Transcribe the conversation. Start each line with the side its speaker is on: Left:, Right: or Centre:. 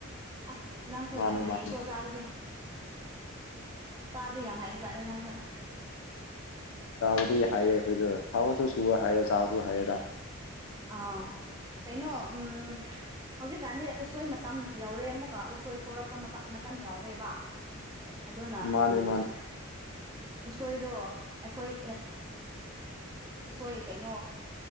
Right: ꯑꯁ ꯅꯪꯁꯨ
Left: ꯃꯥꯅꯦ
Right: ꯌꯥꯝ
Left: ꯃꯥꯅꯦ
Right: ꯍꯩꯌꯦꯀꯣ ꯆꯥꯕꯗꯤ ꯆꯥꯕꯗꯤ ꯌꯥꯝ ꯍꯩꯕꯖꯥꯠꯅꯤ ꯅꯪꯁꯨ
Left: ꯆꯥꯕꯗꯤ ꯍꯩꯌꯦ ꯑꯩꯈꯣꯏꯁꯨ ꯊꯥꯕꯛꯁꯨ ꯁꯨꯕ ꯍꯩꯌꯦ ꯆꯥꯕꯁꯨ ꯍꯩꯌꯦꯗ
Right: ꯑꯥ ꯀꯩꯅꯣ ꯎꯝ ꯍꯧꯖꯤꯛꯀꯥꯟꯗꯤ ꯎꯁꯣꯏ ꯃꯇꯝ ꯌꯥꯎꯔꯦ ꯑꯃꯨꯛꯀ ꯎꯁꯣꯏ ꯊꯣꯛꯂꯛꯄ ꯃꯇꯝ ꯌꯥꯎꯔꯦꯕ ꯑꯗꯨꯅ
Left: ꯃꯥꯅꯦ
Right: ꯎꯝ
Left: ꯃꯥꯅꯦ
Right: ꯎꯁꯣꯏꯘꯣ ꯑꯩꯈꯣꯏ ꯎꯁꯣꯏ ꯀꯩꯅꯣ